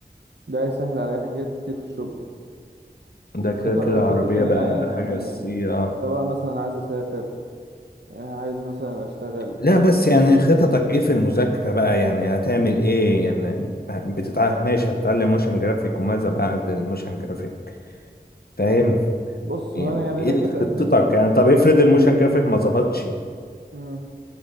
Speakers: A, on the right; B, on the left.
A: ده هيسهل عليا حاجات كتير في الشغل يعني
B: ده
A: والخطط
B: كده كده
A: والخطط
B: العربية
A: اللي
B: بقى
A: انا عايز اعملها
B: حاجة أساسية
A: يعني سواء مثلا عايز اسافر آه، عايز مثلا اشتغل
B: لا بس يعني خططك ايه في المذاكرة بقى يعني هتعمل ايه يعني بتتعلم ماشي هتتعلم موشن جرافيك وماذا بعد الموشن جرافيك فاهم
A: بص
B: ايه
A: هو انا يعني
B: إيه
A: انا جيت
B: خطتك
A: قدمت
B: يعني طب افرض الموشن جرافيك ما ظبطش
A: مم.